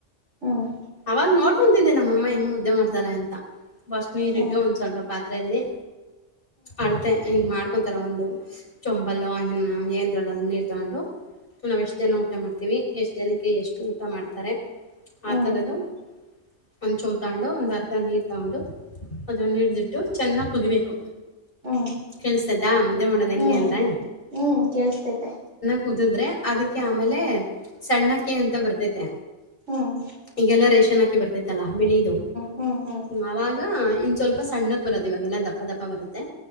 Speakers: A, on the right; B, on the left.
A: ಹ್ಮ್ ಹ್ಮ್
B: ಅವಾಗ ನೋಡ್ಕೊತಿದ್ದೆ ನಮ್ಮಮ್ಮ ಹೆಂಗ್ ಮುದ್ದೆ ಮಾಡ್ತಾರೆ ಅಂತ ಫಸ್ಟ್ ನೀರಿಟ್ಟು
A: ಹ್ಮ್ ಹ್ಮ್
B: ಒಂದ ಸ್ವಲ್ಪ ಪಾತ್ರೆಯಲ್ಲಿ ಅಡ್ತೆ ಹಿಗ ಮಾಡ್ಕ ಒಂಂತರ ಒಂದು ಚೊಂಬಲ್ಲ ಎಂದ್ರಲೋ ಆಗ್ಲೀ ತಾಂಡು ನಾವ ಎಷ್ಟು ಜನ ಊಟ ಮಾಡ್ತವಿ ಎಷ್ಟು ಜನಕ್ಕೆ ಎಷ್ಟು ಊಟ ಮಾಡ್ತಾರೆ
A: ಹ್ಮ್
B: ಆ ಥರದ್ದು ಒಂದು ಚುಮ ತಗೊಂಡು ಒಂದು ಅರ್ಧ ನೀರು ತಗೊಂಡು ಅದನ್ನು ಹಿಡಿದಿಟ್ಟು ಚೆನ್ನಾಗಿ ಕುದಿಬೇಕು
A: ಹ್ಮ್
B: ಕ್ಕೆಳ್ಸತ ಇದ್ದಾ ಮುದ್ದೆ ಮಾಡೋದ ಹೆಂಗಗೆ
A: ಹ್ಮ್
B: ಅಂದ್ರ
A: ಹ್ಮ್ ಕೇಳಿಸತೈತೆ
B: ಕುದಿದ್ರೆ ಅದಕ್ಕೆ ಆಮೇಲೆ ಸಣ್ಣಕಿ ಅಂತ ಬರ್ತೇತೆ
A: ಹ್ಮ್
B: ಹಿಗೆಲ್ಲ ರೇಶ್ಮ ಚೆನ್ನಕ್ಕಿ ಬರ್ತೈತ್ತಲ್ಲ ಬೆಳಿಯದು
A: ಹ್ಮ್ ಹ್ಮ್
B: ಆವಾಗ ಇನ್ನು ಸ್ವಲ್ಪ ಸಣ್ಣಕ್ಕೆ ಬರೋದು ಇವಾಗೆಲ್ಲ ದಪ್ಪ ದಪ್ಪ ಬರುತ್ತೆ